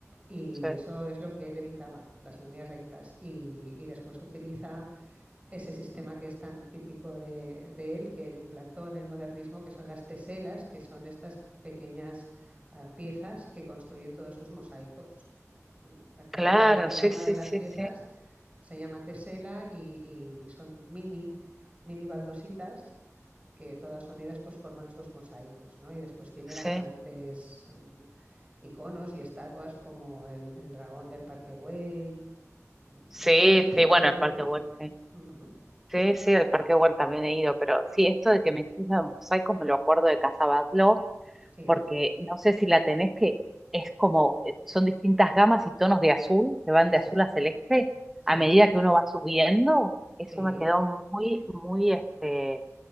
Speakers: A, on the right; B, in the centre.
A: Y
B: sí.
A: eso es lo que él evitaba, las líneas rectas. Y, y después utiliza ese sistema que es tan típico de, de, él, que él implantó en el modernismo, que son las teselas, que son estas pequeñas uh, piezas que construyen todos sus mosaicos. ¿no? Cada,
B: Claro,
A: cada, cada,
B: sí,
A: una
B: sí,
A: de las
B: sí,
A: piezas
B: sí,
A: se llama tesela y, y, son mini, mini baldositas que todas unidas pues forman sus mosaicos. ¿no? Y después tiene
B: sí,
A: bastantes um, iconos y estatuas como el, el dragón del Parque Güell, no
B: sí,
A: solamente,
B: sí,
A: no
B: bueno,
A: solamente
B: el Parque
A: edificios.
B: Güell, sí,
A: Uh -huh.
B: sí, sí, el Parque Güell también he ido, pero sí, esto de que me hiciste los mosaicos me lo acuerdo de Casa Batlló,
A: Sí,
B: porque no sé si la tenés que es como, eh, son distintas gamas y tonos de azul, que van
A: Exacto.
B: de azul a celeste,
A: Sí,
B: a medida que uno va subiendo, eso
A: sí,
B: me quedó muy, muy, este,